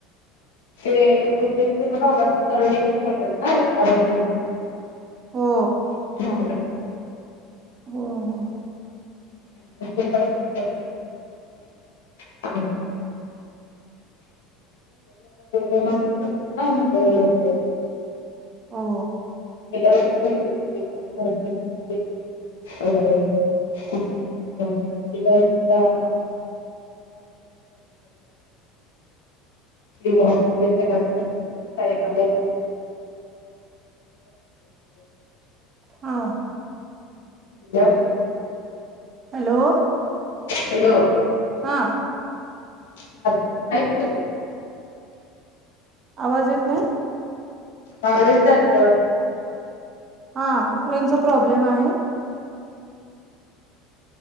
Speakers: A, on the left; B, on the right.
A: ते बहतेकच्या भागात दरडी कोसळल्या ना रस्ता बंद झाला. <unintelligible>
B: हो
A: हा ना बाई.
B: हो हो.
A: <unintelligible> े मस् ना लोक.
B: हो
A: <unintelligible> <unintelligible> <unintelligible> काय मनले.
B: हा.
A: जा.
B: हॅलो.
A: हॅलो.
B: हा.
A: हा तिथ नाही केलं.
B: आवाज येत नाही.
A: मारवील जातलं.
B: हा रेनचा प्रॉब्लेम आहे.